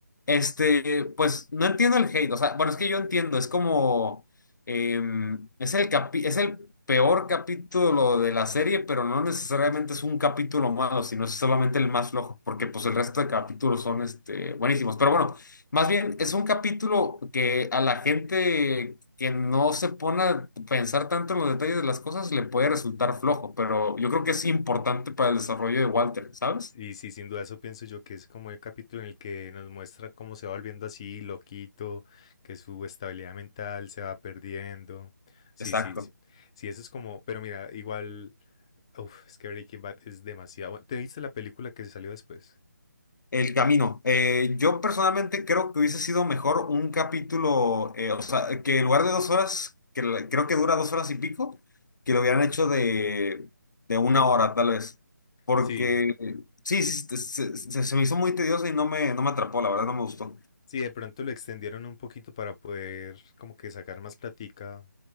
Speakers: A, on the left; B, on the left.
A: Este, pues no entiendo el hate, o sea, bueno, es que yo entiendo, es como, em, es el capi- es el peor capítulo de la serie, pero no necesariamente es un capítulo malo, sino es solamente el más flojo, porque pues el resto de capítulos son, este, buenísimos. Pero bueno, más bien es un capítulo que a la gente que no se pone a pensar tanto en los detalles de las cosas le puede resultar flojo, pero yo creo que es importante para el desarrollo de Walter, ¿sabes?
B: Y sí, sin duda eso pienso yo que es como el capítulo en el que nos muestra cómo se va volviendo así, loquito, que su estabilidad mental se va perdiendo. Sí,
A: Exacto.
B: sí, sí, Sí, eso es como, pero mira, igual, uf, es que Breaking Bad es demasiado. bueno. ¿Te viste la película que se salió después?
A: El camino. Eh, yo personalmente creo que hubiese sido mejor un capítulo, eh, o sea, que en lugar de dos horas, que la- creo que dura dos horas y pico, que lo hubieran hecho de, de una hora, tal vez. Porque
B: Sí,
A: eh, sí, sí, se, se- se- se me hizo muy tedioso y no me, no me atrapó, la verdad, no me gustó.
B: Sí, de pronto lo extendieron un poquito para poder como que sacar más platica